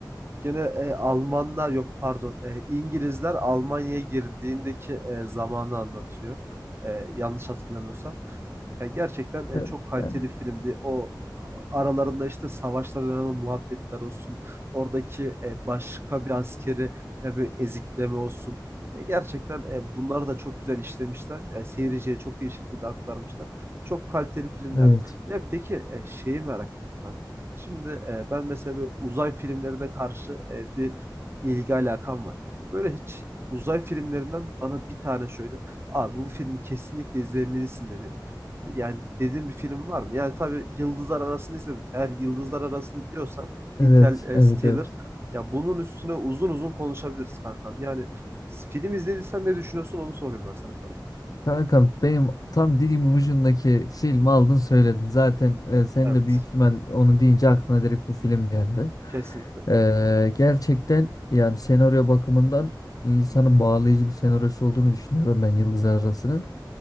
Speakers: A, on the right; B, on the left.
A: gene e, Almanlar yok pardon. E, İngilizler Almanya'ya girdiğindeki e, zamanı anlatıyor. E, yanlış hatırlamıyorsam. Ya gerçekten e,
B: E,
A: çok kaliteli
B: ben-
A: filmdi. O aralarında işte savaşta dönen o muhabbetler olsun. Oradaki e, başka bir askeri ya böyle ezikleme olsun. E, gerçekten e, bunları da çok güzel işlemişler. E, seyirciye çok iyi şekilde aktarmışlar. Çok kaliteli filmlerdi.
B: Evet.
A: Ya peki e, şeyi merak ettim kanka. Şimdi e, ben mesela böyle uzay filmlerine karşı e, bir ilgi alakam var. Böyle hiç uzay filmlerinden bana bir tane şöyle Abi bu filmi kesinlikle izlemelisin dedi yani dediğin bir film var mı? Yani tabii Yıldızlar Arası'nı izledim. Eğer Yıldızlar Arası'nı biliyorsan Intel
B: Evet,
A: Interstellar
B: evet, evet.
A: ya bunun üstüne uzun uzun konuşabiliriz kankam. Yani film izlediysen ne düşünüyorsun onu soruyorum ben sana kankam.
B: Kankam benim tam dilimin ucundaki filmi aldın söyledin. Zaten e, sen
A: Evet.
B: de büyük ihtimal onu deyince aklına direkt bu film geldi.
A: Kesinlikle.
B: E, gerçekten yani senaryo bakımından insanı bağlayıcı bir senaryosu olduğunu düşünüyorum ben Yıldızlar Arası'nın.